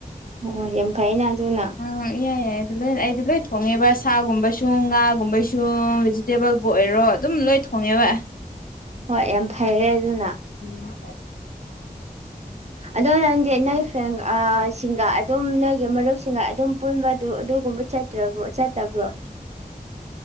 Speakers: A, on the right; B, on the left.
A: ꯑꯣ ꯌꯥꯝ ꯐꯩꯑꯦꯅ ꯑꯗꯨꯅ꯫
B: ꯎꯝ ꯏꯌꯥ ꯌꯥꯏ ꯑꯗꯨ ꯂꯣꯏ ꯑꯩꯗꯤ ꯂꯣꯏ ꯊꯣꯡꯉꯦꯕ ꯁꯥꯒꯨꯝꯕꯁꯨ ꯉꯥꯒꯨꯝꯕꯁꯨ꯫ ꯇꯦꯕꯜꯕꯨ ꯑꯣꯏꯔꯣ ꯑꯗꯨꯝ ꯂꯣꯏ ꯊꯣꯡꯉꯦꯕ ꯫
A: ꯍꯣꯏ ꯌꯥꯝ ꯐꯩꯔꯦ ꯑꯗꯨꯅ
B: ꯎꯝ
A: ꯑꯗꯣ ꯅꯪꯁꯦ ꯅꯣꯏ ꯐ꯭ꯔꯦꯟ ꯁꯤꯡꯒ ꯑꯗꯨꯝ ꯅꯣꯏꯒꯤ ꯃꯔꯨꯞꯁꯤꯡꯒ ꯑꯗꯨꯝ ꯄꯨꯟꯕ ꯑꯗꯨ ꯑꯗꯨꯒꯨꯝꯕ ꯆꯠ꯫ ꯇ꯭ꯔꯕꯣ ꯆꯠꯇꯕ꯭ꯔꯣ